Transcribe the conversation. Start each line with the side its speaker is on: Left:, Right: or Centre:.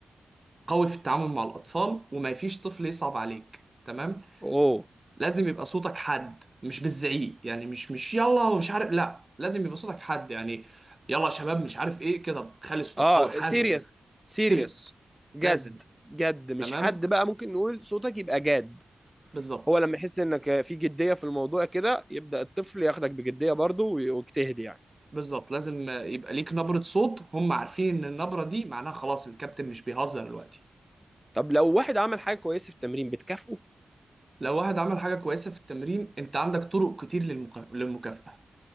Right: قوي في التعامل مع الأطفال وما فيش طفل يصعب عليك تمام
Centre: أوه
Right: لازم يبقى صوتك حد مش بالزعيق يعني مش مش يلا ومش عارف لا لازم يبقى صوتك حد يعني يلا يا شباب مش عارف ايه كده خلي صوتك
Centre: أه
Right: قوي حازم
Centre: سيريس
Right: كده
Centre: سيريس
Right: سيريس
Centre: جد
Right: لازم
Centre: جد مش
Right: تمام
Centre: حد بقى ممكن نقول صوتك يبقى جاد
Right: بالظبط
Centre: هو لما يحس إنك في جدية في الموضوع كده يبدأ الطفل ياخدك بجدية برضه وي- ويجتهد يعني
Right: بالظبط لازم يبقى ليك نبرة صوت هم عارفين ان النبرة دي معناها خلاص الكابتن مش بيهزر دلوقتي
Centre: طب لو واحد عمل حاجة كويسة في التمرين بتكافئه؟
Right: لو واحد عمل حاجة كويسة في التمرين انت عندك طرق كتير للمكا- للمكافأة